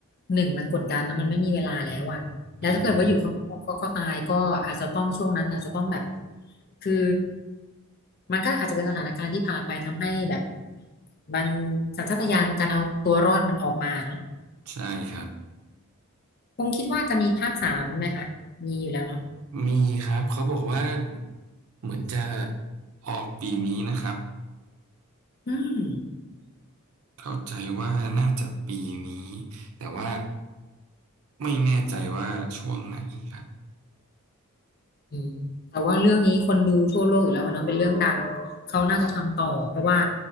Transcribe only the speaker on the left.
หนึ่งมันกดดันแล้วมันไม่มีเวลาแล้วอะแล้วถ้าเกิดว่าอยู่ข้างนอกก็ก็ตายก็อาจจะต้องช่วงนั้นอาจจะต้องแบบ
คือมันก็อาจจะเป็นสถานการณ์ที่พาไปทำให้แบบมันสัญชาตญาณการเอาตัวรอดมันออกมาเนาะ
คงคิดว่าจะมีภาคสามไหมคะมีอยู่แล้วเนาะ
อืม
อืมแต่ว่าเรื่องนี้คนดูทั่วโลกอยู่แล้วมันเนอะเป็นเรื่องดังเขาน่าจะทำต่อเพราะว่า